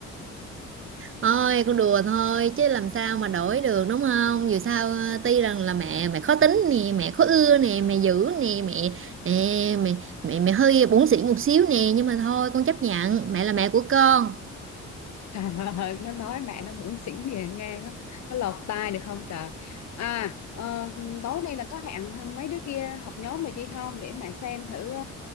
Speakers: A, on the right; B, on the left.
A: Thôi con đùa thôi chứ làm sao mà đổi được đúng không Dù sao ờ, tuy rằng là mẹ mẹ khó tính nè Mẹ khó ưa nè, mẹ dữ nè Mẹ ê, mẹ, mẹ, mẹ hơi bủn xỉn một xíu nè Nhưng mà thôi con chấp nhận Mẹ là mẹ của con
B: <laughs> trời ơi nó nói mẹ nó muốn xỉn về ngang á có lọt tai được không trời à ờ, tối nay là có hẹn mấy đứa kia học nhóm rồi chị không để mẹ xem thử ờ,